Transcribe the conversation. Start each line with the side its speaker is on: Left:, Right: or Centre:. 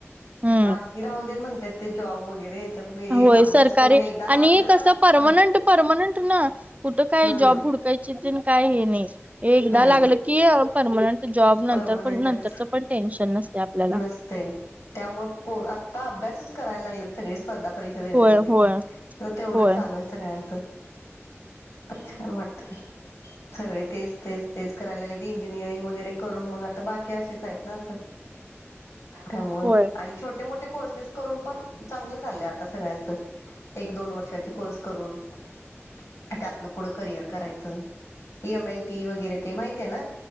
Right: हम्म
Left: बाकी राहू दे म्हणतात ते जॉब वगैरे याच्यात
Right: होय
Left: अभ्यास
Right: सरकारी
Left: करून एकदा लागलं
Right: आणि
Left: ना
Right: कसं परमानंट
Left: हा
Right: परमनंट ना कुठं काय
Left: हम्म
Right: जॉब हुडकायची काय हे नाही एकदा
Left: नाही
Right: लागलं कि परर्मनंट जॉब
Left: परमनंटच
Right: नंतर पण नंतरचं पण टेन्शन नसते आपल्याला.
Left: नसते त्यामुळे पो आता अभ्यासच करायला लागले सगळे. स्पर्धा परीक्षा देण्यासाठी
Right: होय होय
Left: तर तेवढंच
Right: होय
Left: चालू आहे सगळ्यांच. छान वाटत सगळे तेच तेच तेच करायला लागलेत इन रिंग वैरे करून म आ बाकी असच आहेत ना अस त्यामुळे
Right: होय.
Left: आणि छोट मोठे मोठे कोर्सेस करून पण चांगलं चाललं आता सगळ्यांच एक दोन वर्षाचे कोर्स करून प त्यातनं पुढं करियर करायचं डी एम एल टी वगैरे ते माहितीये ना.